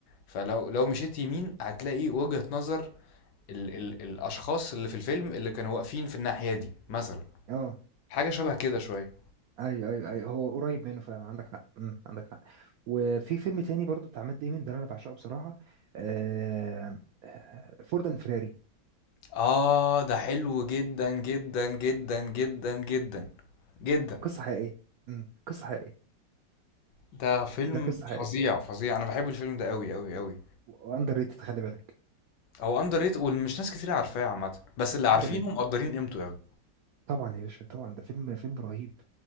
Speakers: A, on the left; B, on the right.
A: فلو لو مشيت يمين هتلاقي وجهة نظر ال... ال... الاشخاص اللي في الفيلم اللي كانوا واقفين في الناحية دي مثلا
B: اه
A: حاجة شبه كده شوية
B: ايوه ايوه ايوه هو قريب منه فعلا عندك حق مم. عندك حق وفي فيلم تاني برضو بتاع مات ديمون ده اللي انا بعشقه بصراحه آه... آه، فورد اند فيراري
A: اه ده حلو جدا جدا جدا جدا جدا جدا
B: قصه حقيقيه مم. قصه حقيقيه
A: ده فيلم
B: ده قصه حقيقيه
A: فظيع فظيع انا بحب الفيلم ده قوي قوي قوي
B: واندر ريتد خلي بالك
A: هو اندر ريت والمش ناس كتير عارفاه عامه بس اللي عارفينه
B: اندر ريتد
A: مقدرين قيمته قوي
B: طبعا يا باشا طبعا ده فيلم فيلم رهيب